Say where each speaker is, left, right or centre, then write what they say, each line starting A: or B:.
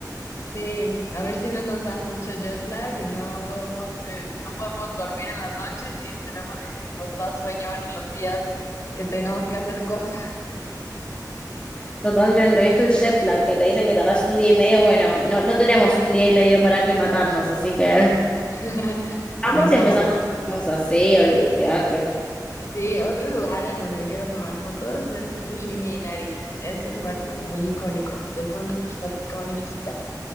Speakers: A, on the left; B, on the left.
A: Sí, a ver si no nos da mucho jet lag y no podemos, eh, no podemos dormir en las noches y tenemos, y nos da sueño en los días que tengamos que hacer cosas.
B: Totalmente, ¿viste el jet lag que te dicen que tardás un día y medio? Bueno, no, no tenemos un día y medio para aclimatarnos, así que
A: <laughs>
B: vamos
A: Ni modo.
B: y empezamos a hacer cosas, sí, olvídate.
A: Sí, otro lugar en donde me quiero tomar fotos es Fushimi Inari. Ese lugar es como muy icónico de todas las personas que van y visitan.